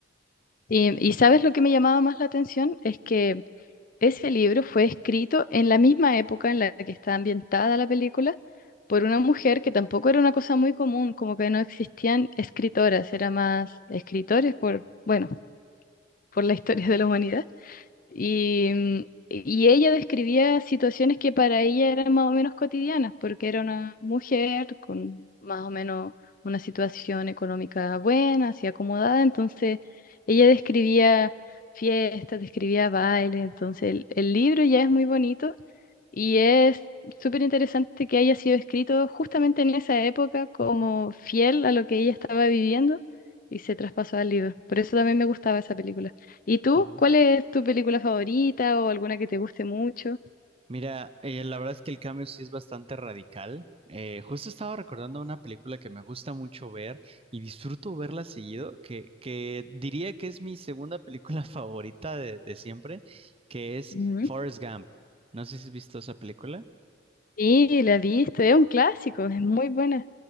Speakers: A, on the left; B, on the right.
A: Y, y ¿sabes lo que me llamaba más la atención? Es que Ese libro fue escrito en la misma época en la que está ambientada la película por una mujer que tampoco era una cosa muy común, como que no existían escritoras, era más escritores por, bueno, por la historia de la humanidad. Y, mm, y ella describía situaciones que para ella eran más o menos cotidianas, porque era una mujer con más o menos una situación económica buena, así acomodada, entonces ella describía fiestas, describía bailes, entonces el, el libro ya es muy bonito y es súper interesante que haya sido escrito justamente en esa época como fiel a lo que ella estaba viviendo y se traspasó al libro. Por eso también me gustaba esa película. ¿Y tú?
B: Oh.
A: ¿Cuál es tu película favorita o alguna que te guste mucho?
B: Mira, eh, la verdad es que el cambio sí es bastante radical. Eh, justo estaba recordando una película que me gusta mucho ver y disfruto verla seguido, que, que diría que es mi segunda película <laughs> favorita de, de siempre, que es
A: Ujú.
B: Forrest Gump. No sé si has visto esa película.
A: Sí, la he visto, es un clásico, es muy buena.